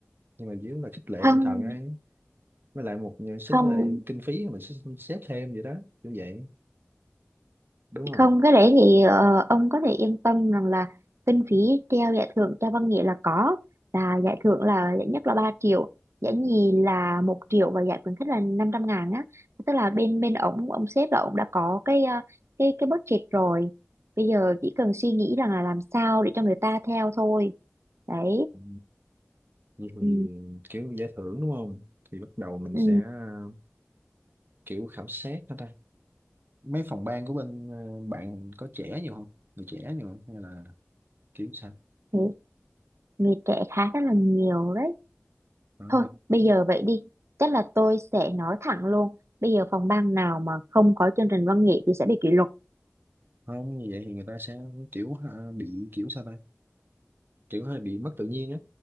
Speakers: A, on the right; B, on the right.
A: nhưng mà chủ yếu là khích lệ
B: Không,
A: tinh thần ấy với lại một xích
B: không
A: lại kinh phí mình sẽ xếp thêm vậy đó như vậy đúng không
B: Không, cái đấy thì ờ, ông có thể yên tâm rằng là kinh phí treo giải thưởng cho văn nghệ là có là giải thưởng là giải nhất là ba triệu giải nhì là một triệu và giải khuyến khích là 500 ngàn á tức là bên bên ổng ông sếp là ổng đã có cái ờ, cái cái budget rồi bây giờ chỉ cần suy nghĩ rằng là làm sao để cho người ta theo thôi đấy
A: ừ. vậy thì
B: ừ,
A: kiểu giải thưởng đúng không thì bắt đầu mình
B: ừ,
A: sẽ à, kiểu khảo sát hả ta mấy phòng ban của bên ờ, bạn có trẻ nhiều không người trẻ nhiều không hay là kiểu sao
B: thì người trẻ khá rất là nhiều đấy
A: đó,
B: Thôi, bây giờ vậy đi. Chắc là tôi sẽ nói thẳng luôn. Bây giờ phòng ban nào mà không có chương trình văn nghệ thì sẽ bị kỷ luật.
A: không như vậy thì người ta sẽ kiểu à, bị kiểu sao ta kiểu hơi bị mất tự nhiên á